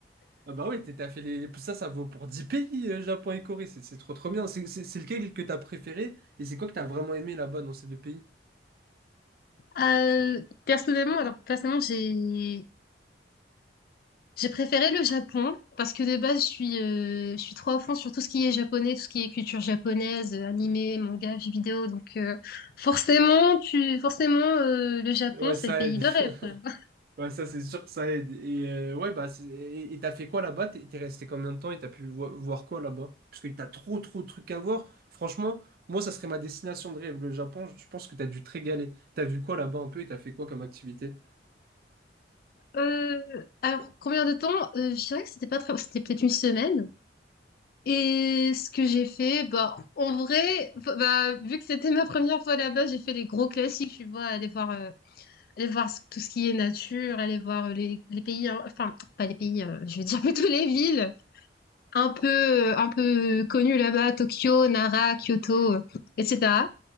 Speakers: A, on the right (about 50°); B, on the left (about 50°).
A: Ah bah oui, t'es- t'as fait les... Ça, ça vaut pour 10 pays, euh, Japon et Corée. C'est c'est trop trop bien. C'est c'est- c'est lequel que t'as préféré et c'est quoi que t'as vraiment aimé là-bas dans ces deux pays?
B: Euh, personnellement, alors personnellement, j'ai J'ai préféré le Japon parce que de base, je suis, euh, je suis trop à fond sur tout ce qui est japonais, tout ce qui est culture japonaise, euh, animé, manga, jeux vidéo. Donc, euh, forcément, tu, forcément, euh, le Japon,
A: Ouais,
B: c'est
A: ça
B: le pays
A: aide.
B: de rêve.
A: <laughs>
B: quoi.
A: Ouais, ça, c'est sûr que ça aide. Et euh, ouais, bah, c'est- et et t'as fait quoi là-bas? T'es t'es resté combien de temps et t'as pu vo- voir quoi là-bas? Parce que t'as trop trop de trucs à voir. Franchement, moi, ça serait ma destination de rêve, le Japon. Je pense que t'as dû te régaler. T'as vu quoi là-bas un peu et t'as fait quoi comme activité?
B: Euh, alors, combien de temps? Euh, je dirais que c'était pas très, c'était peut-être une semaine. Et ce que j'ai fait, bah, en vrai, f- bah, vu que c'était <laughs> ma première fois là-bas, j'ai fait les gros classiques, tu vois, aller voir, euh, aller voir ce- tout ce qui est nature, aller voir euh, les, les pays, hein, enfin, pas les pays, hein, je veux dire <laughs> plutôt les villes un peu, euh, un peu connues là-bas, Tokyo, Nara, Kyoto, euh, etc.